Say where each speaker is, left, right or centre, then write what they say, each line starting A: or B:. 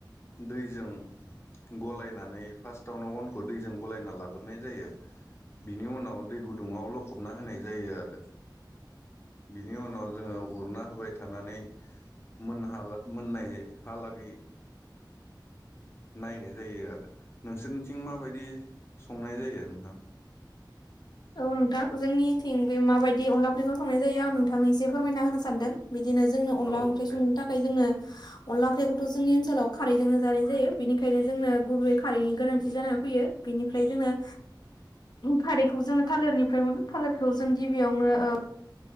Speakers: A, on the left; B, on the left.
A: दैजों गलायनानै फास्तावनो अनखौ दैजों गलायना लाग्रोनाय जायो बिनि उनाव दै गुदुङाव लखबना होनाय जायो आरो बिनि उनाव जोङो उरना होबाय थानानै मोन मोननाय हालागै नायनाय जायो आरो नोंसोरनिथिं माबायदि संनाय जायो नोंथां
B: औ नोंथां जोंनिथिं बे माबायदि अनला ओंख्रैखौ संनाय जायो आं नोंथांनि एसे फोरमायना होनो सानदों बिदिनो जोंनो अनला
A: औ
B: ओंख्रि
A: दे
B: संनो थाखाय जोंनो अनला ओंख्रिखौथ' जोंनि ओनसोलाव खारैजोंनो जानाय जायो बेनिखायनो जोंनो गुबै खारैनि गोनांथि जानानै फैयो बेनिफ्राय जोंनो खारैखौ जोङो थालिरनिफ्राय मोनो थालिरखौ जों गिबियावनो ओ